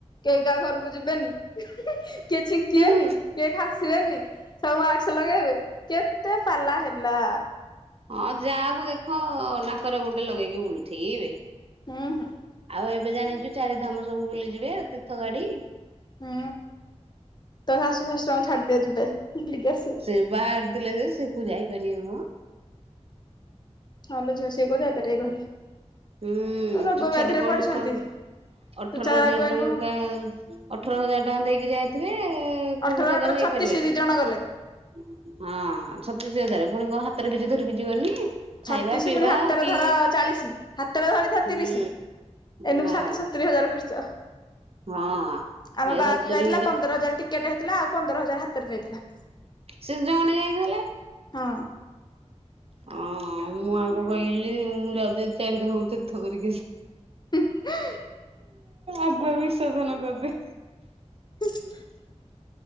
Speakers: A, on the left; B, on the right.
A: କେହି କାହା ଘରକୁ ଯିବେନି। କିଏ ଛିଙ୍କିବନି,
B: ହୁଁ
A: କିଏ କାଶି ସି ବେନି ସବୁ ମାସ୍କ ଲଗେଇବେ କେତେ ପାଲା ହେଲା।
B: ହଁ, ଯାହାକୁ ଦେଖ ନାକରେ ଗୋଟେ ଲଗେଇକି ବୁଲୁଥିବେ।
A: ହୁଁ ହୁଁ
B: ଆଉ ଏବେ ଜାଣିଛୁ, ଚାରିଧାମ ସବୁ ବୁଲିଯିବେ ତୀର୍ଥଗାଡ଼ି।
A: ହୁଁ, ତୋ ଶାଶୁ ଶ୍ୱଶୁରଙ୍କୁ ଛାଡ଼ିଦେ, ଯିବେ ବୁଲିକି ଆସିବେ।
B: ସେ ବାହାରିଥିଲେ ଯେ, ସେ କୋଉ ଯାଇପାରିବେ ମ?
A: ହଁଲୋ ଝିଅ, ସେ କୋଉ ଯାଇପାରିବେ <unintelligible>
B: ହୁଁ,
A: ରୋଗ
B: ତୁଚ୍ଛା
A: ବ୍ୟାଧିରେ
B: ଟା କୋଳ
A: ପଡିଛନ୍ତି
B: ଉଠଉ ଅଠର
A: ତୁ ଛା
B: ହଜାର
A: ଆଗ
B: ଟଙ୍କା
A: ଏଇନୁ
B: ଅଠର ହଜାର ଟଙ୍କା ଦେଇକି ଯାଇଥିବେ, କୋଉ
A: ଅଠର
B: ଜାଗାରେ
A: ଅଠର ଛତିଶ
B: ଯାଇପାରିବେନି।
A: ଦି ଜଣ ଗଲେ।
B: ହଁ, ଛତିଶ ହଜାର। ପୁଣି କଣ ହାତରେ କିଛି ଧରିକି ଯିବନି? ଖାଇବା
A: ଛତିଶ,
B: ପିଇବା
A: ପୁଣି ହାତରେ
B: କି
A: ଧର ଚାଳିଶି। ହାତରେ ଧରିଥା
B: ହୁଁ
A: ତିରିଶ। ଏନୁ
B: ହଁ
A: ଷାଠିଏ ସତୁରୀ ହଜାର ଖର୍ଚ୍ଚ।
B: ହଁ
A: ଆମ
B: ଏ
A: ବା
B: ସତୁରି
A: ଯୋଉ ଯାଇଥିଲା, ପନ୍ଦର ହଜାର ଟିକେଟ ହେଇଥିଲା ଆଉ ପନ୍ଦର ହଜାର ହାତରୁ ନେଇଥିଲା।
B: ସେ ଜଣେ ଯାଇଥିଲେ।
A: ହଁ,
B: ଓଁ ମୁଁ ଆଙ୍କୁ କହିଲି, ମୁଁ ଯାଉଛି ଚାରିଧାମ ତୀର୍ଥ କରିକି ଆସି
A: <unintelligible>
B: ଆଗୁଆ ବିସର୍ଜନ କରିଦେ।
A: <inaudible>